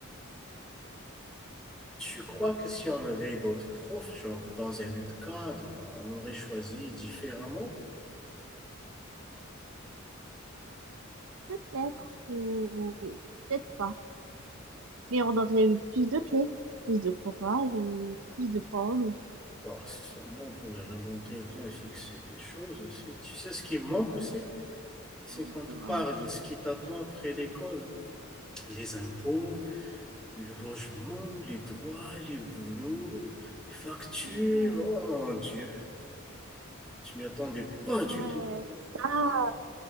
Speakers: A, in the centre; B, on the right (about 70°).
A: Tu crois que si on avait d'autres profs, genre dans un autre cadre, on aurait choisi différemment?
B: Peut-être, ou ou peut-être pas. Mais on aurait eu plus de clés, plus de courage et plus de foi en nous.
A: Bah, si seulement on pouvait remonter le temps et fixer des choses aussi. Tu sais ce qui manque aussi? C'est
B: Et
A: qu'on te
B: dommage.
A: parle de ce qui t'attend après l'école. Les impôts, le logement, les droits, les boulots, les factures.
B: Ouais,
A: Oh mon Dieu, je m'y attendais pas
B: ouais,
A: du tout.
B: ça,